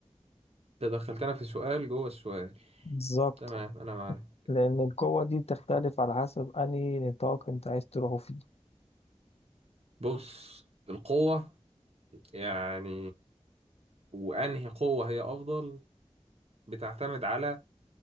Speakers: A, on the right (about 60°); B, on the left (about 65°).
A: ده دخلتنا في سؤال جوه السؤال
B: بالظبط
A: تمام انا معاك
B: لأن القوة دي بتختلف على حسب أنهي نطاق أنت عايز تروحه فيه
A: بص القوة يعني وانهي قوة هي افضل بتعتمد على